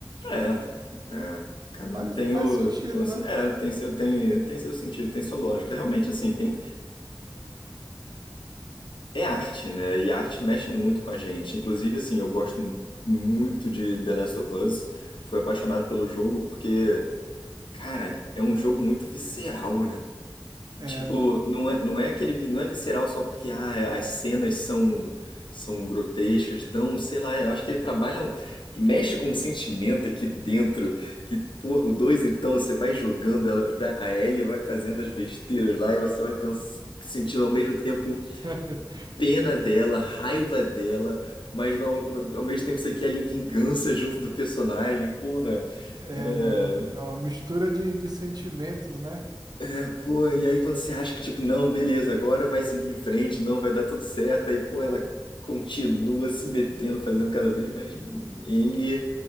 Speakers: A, on the left; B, on the right.
A: É, é, cada
B: Faz,
A: um tem
B: faz
A: o,
B: sentido,
A: tem o-
B: né?
A: é, tem seu, tem, tem seu sentido, tem sua lógica.
B: Tem,
A: Realmente,
B: tem...
A: assim, tem, é arte, né? E a arte mexe muito com a gente. Inclusive, assim, eu gosto mu- muito de The Last of Us. Fui apaixonado pelo jogo porque, cara, é um jogo muito visceral, né?
B: É,
A: Tipo,
B: mano.
A: não é, não é aquele, vi- não é visceral só porque ah, as cenas são são grotescas, não, sei lá, eu acho que ele trabalha, um- mexe com um sentimento aqui dentro, que porra, o dois então, você vai jogando, ela vai- a Ellie vai fazendo as besteiras lá e você vai pens- sentindo ao mesmo tempo
B: <laughs>
A: pena dela, raiva dela, mas ao, ao mesmo tempo você quer ali vingança junto do personagem, porra.
B: É,
A: é,
B: mano, é uma mistura de, de sentimentos, né?
A: É, pô, e aí quando você acha que, tipo, não, beleza, agora vai seguir em frente, não, vai dar tudo certo, aí, pô, ela continua se metendo, fazendo cada vez mais M.